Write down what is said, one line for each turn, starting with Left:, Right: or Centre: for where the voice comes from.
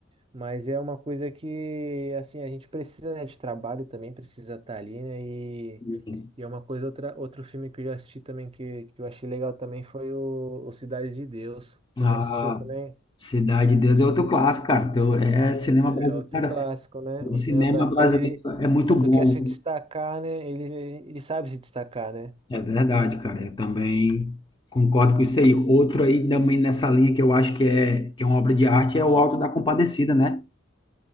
Right: Mas é uma coisa que, assim, a gente precisa, né, de trabalho também, precisa estar ali, né,
Left: sim.
Right: e é uma coisa, outra, outro filme que eu já assisti também, que, que eu achei legal também, foi o, o Cidade de Deus. Você
Left: Ah,
Right: já assistiu também?
Left: Cidade de Deus é outro clássico, cara. Então, é cinema
Right: É
Left: brasileiro.
Right: outro
Left: Cara,
Right: clássico, né? O
Left: cinema
Right: cinema brasileiro,
Left: brasileiro
Right: ele,
Left: é muito
Right: quando
Left: bom.
Right: quer se destacar, né? Ele, ele sabe se destacar, né?
Left: É verdade, cara. Eu também concordo com isso aí. Outro aí também nessa linha que eu acho que é, que é uma obra de arte é o Alto da Compadecida, né?